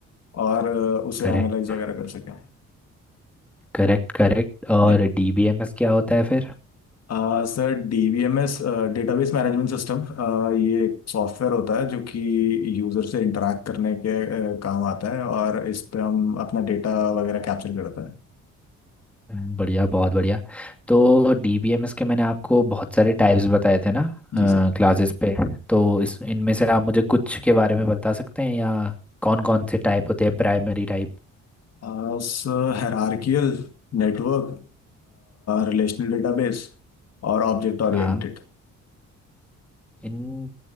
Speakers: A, on the left; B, in the centre.
A: और अ, उसे
B: करेक्ट
A: एनालाइज वगैरह कर सकें
B: करेक्ट करेक्ट और
A: जी
B: डीबीएमएस क्या होता है फिर
A: आ, Sir डीबीएमएस database management system ये एक सॉफ्टवेयर होता है जो कि यूज़र से इंटरैक्ट करने के आ, काम आता है और इस पे हम अपना डेटा वगैरह कैप्चर करता है
B: हम्म, बढ़िया बहुत बढ़िया तो डीबीएमएस के मैंने आपको बहुत सारे टाइप्स बताए थे ना
A: जी सर
B: क्लासेस पे तो इस इनमें से आप मुझे कुछ के बारे में बता सकते हैं या कौन कौन से टाइप होते हैं प्राइमरी टाइप
A: आ, उस हायरार्कियल नेटवर्क रिलेशनल डेटाबेस और object oriented
B: हाँ इन